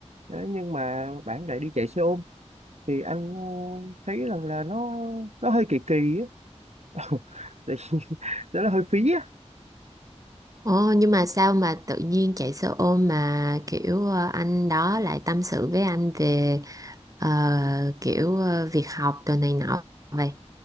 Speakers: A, on the right; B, on the right.
A: Đấy, nhưng mà bạn lại đi chạy xe ôm thì anh thấy rằng là nó nó hơi kỳ kỳ á <laughs> Tại vì nó hơi phí
B: Ồ, nhưng mà sao mà tự nhiên chạy xe ôm mà kiểu ờ, anh đó lại tâm sự với anh về ờ, kiểu ờ, việc học đồ này nọ vậy?